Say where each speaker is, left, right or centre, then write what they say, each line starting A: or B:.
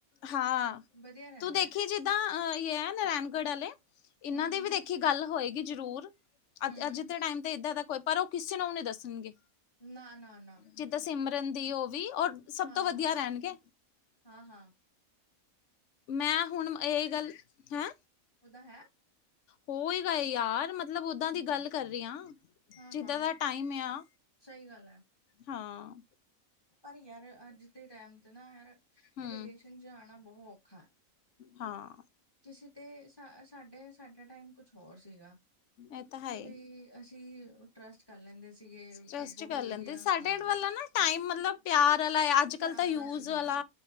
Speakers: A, on the left; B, on the left.
A: ਹਾਂ
B: ਬਦੀਆ ਰੈਂਦੇ।
A: ਤੂੰ ਦੇਖੀ ਜਿੱਦਾਂ ਅ ਇਹ ਹੈ ਨਰਾਇਣਗੜ੍ਹ ਵਾਲੇ ਇਹਨਾਂ
B: ਹੂੰ
A: ਦੇ
B: ਹੂੰ
A: ਵੀ ਦੇਖੀ ਗੱਲ ਹੋਏਗੀ ਜ਼ਰੂਰ ਅ
B: ਹੂੰ
A: ਅੱਜ ਦੇ ਟਾਈਮ ਤੇ ਇਏਦਾਂ ਤੱਕ ਹੋਏ ਪਰ ਉਹ ਕਿਸੇ ਨੂੰ ਨੀ ਦੱਸਣਗੇ
B: ਨਾ ਨਾ ਨਾ
A: ਜਿ ਤਾਂ ਸਿਮਰਨ ਦੀ ਉਹ ਵੀ ਉਹਰ ਸਭ
B: ਹਾਂ
A: ਤੋਂ ਵਧੀਆ
B: ਹਾਂ
A: ਰਹਿਣਗੇ
B: ਹਾਂ ਹਾਂ
A: ਮੈਂ ਅਹ ਹੁਣ ਇਹ ਗੱਲ ਹੈਂ
B: ਇਹ ਹੈ
A: ਹੋਏਗਾ ਯਾਰ ਮਤਲਬ ਓਦਾਂ ਦੀ ਗੱਲ ਕਰ ਰਹੀ ਹਾਂ
B: ਹਾਂ-ਹਾਂ
A: ਜਿਦਾਂ ਦਾ ਟਾਈਮ ਆ
B: ਸਹੀ ਗੱਲ ਹੈ
A: ਹਾਂ
B: ਪਰ ਯਾਰ ਅੱਜ ਦੇ ਟਾਈਮ ਤੇ ਨਾ ਯਾਰ
A: ਹਮ
B: ਰਿਲੇਸ਼ਨ ਚ ਆਣਾ ਬਹੁਤ ਔਖਾ ਹੈ
A: ਹਾਂ
B: ਕਿਸੇ ਤੇ ਸਾ ਸਾਡੇ ਸਾਡਾ ਟਾਈਮ ਕੁਛ ਹੋਰ ਸੀਗਾ
A: ਇਹ ਤਾਂ ਹੈ
B: ਕਿ ਵੀ ਅਸੀਂ ਟਰੱਸਟ ਕਰ ਲੈਂਦੇ ਸੀਗੇ
A: ਟਰਸਟ
B: ਅੱਗੋਂ ਵੀ
A: ਕਰ ਲੈਂਦੇ
B: ਵਧੀਆ
A: ਸਾਡੇ
B: ਹਾਂ
A: ਵਾਲਾ ਨਾ ਟਾਈਮ ਮਤਲਬ ਪਿਆਰ ਵਾਲਾ ਯਾਦ ਅੱਜ
B: ਪਿਆਰ
A: ਕਲ ਤਾਂ ਯੂਜ
B: ਸੀ
A: ਵਾਲਾ
B: ਹਾਂ